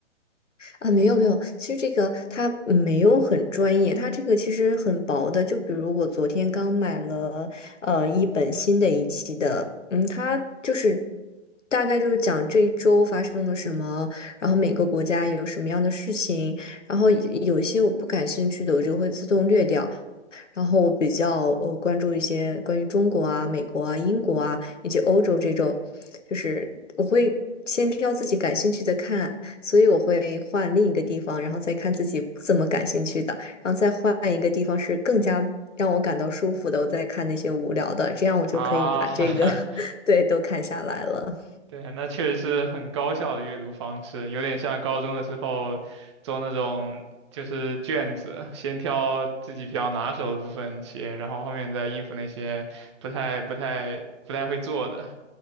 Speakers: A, on the left (about 80°); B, on the right (about 25°).
A: 啊？没有没有，其实这个它没有很专业，它这个其实很薄的。就比如我昨天刚买了呃一本新的一期的，嗯，它就是大概就是讲这一周发生了什么，然后每个国家有什么样的事情，然后有些我不感兴趣的我就会自动略掉。然后我比较呃关注一些关于中国啊、美国啊、英国啊以及欧洲这种，就是我会先挑自己感兴趣的看，所以我会换另一个地方，然后再看自己不怎么感兴趣的，然后再换一个地方是更加让我感到舒服的，我再看那些无聊的，这样我就可以把这个
B: 啊。<laughs>
A: <laughs> 对都看下来了。
B: 对，那确实是很高效的阅读方式，有点像高中的时候做那种就是卷子，先挑自己比较拿手的部分写，然后后面再应付那些不太不太不太会做的。